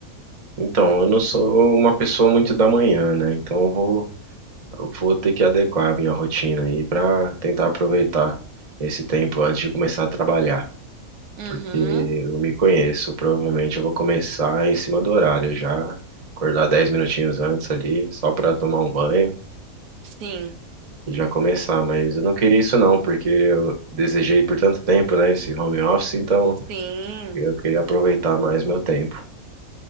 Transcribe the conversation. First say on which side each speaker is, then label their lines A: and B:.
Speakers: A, on the right; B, on the right.
A: Então, eu não sou uma pessoa muito da manhã, né? Então eu vou Eu vou ter que adequar a minha rotina aí para tentar aproveitar esse tempo antes de começar a trabalhar,
B: Uhum.
A: porque eu me conheço, provavelmente eu vou começar em cima do horário já, acordar 10 minutinhos antes ali, só para tomar um banho
B: Sim.
A: e já começar, mas eu não queria isso não, porque eu desejei por tanto tempo, né, esse home office, então
B: Sim.
A: eu queria aproveitar mais meu tempo.